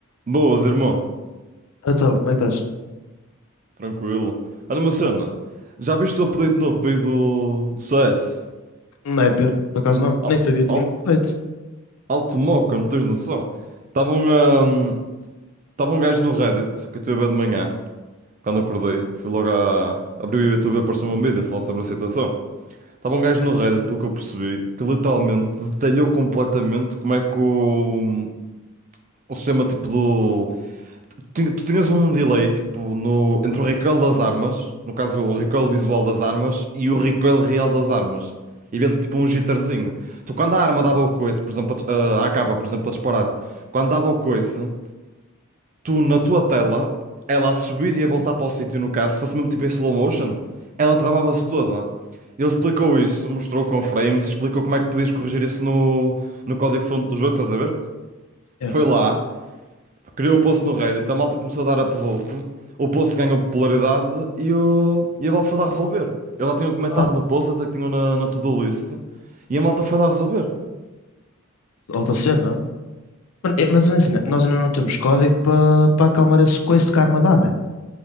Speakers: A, on the right (about 35°); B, on the left (about 80°).
A: Boas, irmão.
B: Então, como é que estás?
A: Tranquilo. Olha, uma cena. Já viste o apelido novo para aí do, do CS?
B: Não é, Pedro? por acaso não.
A: Al-
B: Nem sabia que
A: Alto,
B: tínhamos update.
A: alto moca, não tens noção? Estava um, ahm, tava um gajo no Reddit, que eu estive a ver de manhã, quando acordei. Fui logo a... Abri o YouTube e apareceu uma mídia a falar sobre a situação. Estava um gajo no Reddit, pelo que eu percebi, que literalmente detalhou completamente como é que o, o sistema tipo do... tinha- tu tinhas um delay tipo no entre o recoil das armas, no caso o recoil visual das armas e o recoil real das armas. E havia ali tipo um jitterzinho. Tu quando a arma dava o coice, por exemplo, a, dis- ah, a capa, por exemplo, a disparar, quando dava o coice, tu na tua tela, ela a subir e a voltar para o sítio, no caso, se fosse mesmo tipo em slow motion, ela travava-se toda. Ele explicou isso, mostrou com frames e explicou como é que podias corrigir isso no, no código-fonte do jogo, estás a ver?
B: É.
A: Foi lá. Criou o post no Reddit, a malta começou a dar upvote, o post ganhou popularidade e, o, e a malta foi lá resolver. Eu já tinha comentado
B: Ah,
A: no post, até que tinha na, na to-do list, e a malta foi lá resolver.
B: alta cena. Mas é mas é assim, né? nós ainda não temos código para para acalmar esse coice que a arma dá, né?